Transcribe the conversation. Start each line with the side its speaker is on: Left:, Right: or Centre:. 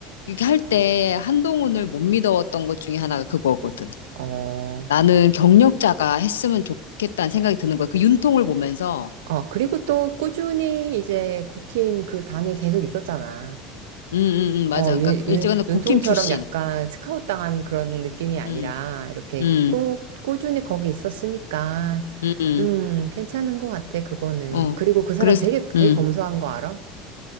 Left: 이렇게 할 때 한동훈을 못 믿어왔던 것 중에 하나가 그거거든.
Right: 음, 어,
Left: 나는 경력자가 했으면 좋겠다는 생각이 드는 거야. 그 윤통을 보면서,
Right: 어, 그리고 또 꾸준히 이제 국힘 그 당에 계속 있었잖아.
Left: 음, 음, 음, 맞아.
Right: 어,
Left: 그러니까,
Right: 윤,
Left: 일찍은
Right: 윤, 윤통처럼
Left: 국힘 출신.
Right: 약간 스카웃 당한 그런 느낌이 아니라,
Left: 음,
Right: 이렇게
Left: 음,
Right: 꾸, 꾸준히 거기 있었으니까,
Left: 음, 음,
Right: 음, 괜찮은 것 같아, 그거는.
Left: 어.
Right: 그리고 그 사람
Left: 그래서,
Right: 되게, 되게
Left: 음.
Right: 검소한 거 알아?